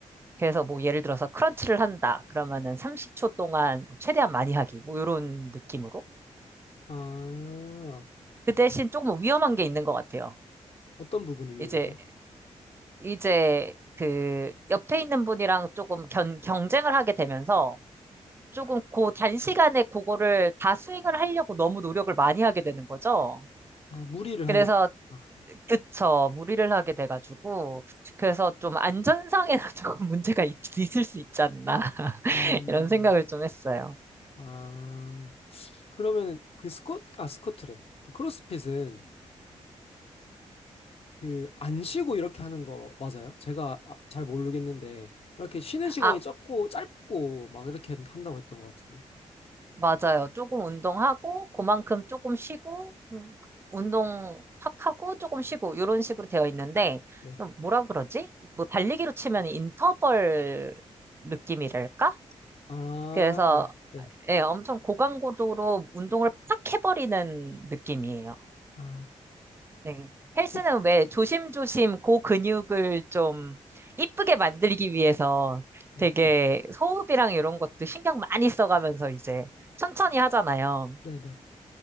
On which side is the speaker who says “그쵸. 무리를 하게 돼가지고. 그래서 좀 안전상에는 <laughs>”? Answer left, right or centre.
Right